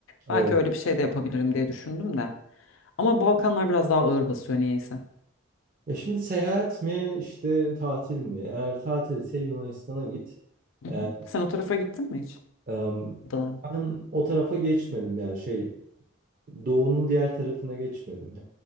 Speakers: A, on the left; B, on the right.
A: Belki
B: Evet.
A: öyle bir şey de yapabilirim diye düşündüm de. Ama Balkanlar biraz daha ağır basıyor niyeyse.
B: E şimdi seyahat mi işte tatil mi? Eğer tatilse Yunanistan'a git.
A: Hı
B: Ee,
A: hı. Sen o tarafa gittin mi hiç?
B: Em,
A: Adalara?
B: ben o tarafa geçmedim yani şey doğunun diğer tarafına geçmedim.